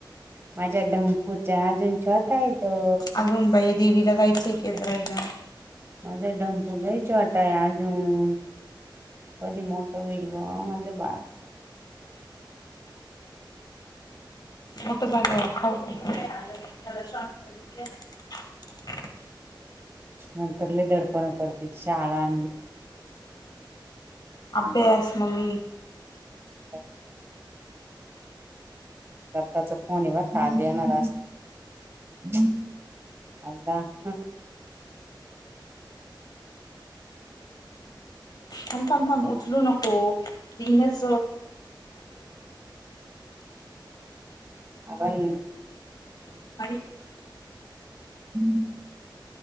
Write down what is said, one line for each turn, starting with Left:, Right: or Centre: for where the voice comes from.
Right: माझ्या ढंम्पूच्या अजून छोटा आहे तो
Left: अजून बाई देवीला जायचं की यात्रा येईला
Right: माझा ढंपू लय छोटा काय अजून कधी मोठं होईल ग माझं बाळ
Left: मोठ झाल्यावर खाऊ <unintelligible>
Right: नंतर लय दडपण पडते शाळा
Left: अभ्यास मम्मी
Right: <unintelligible> पप्पाचा फोन आहे. बर का आज येणार असतील एका हम
Left: थांब थांब थांब उचलू नको तीनच
Right: आपण
Left: <inaudible>
Right: <unintelligible>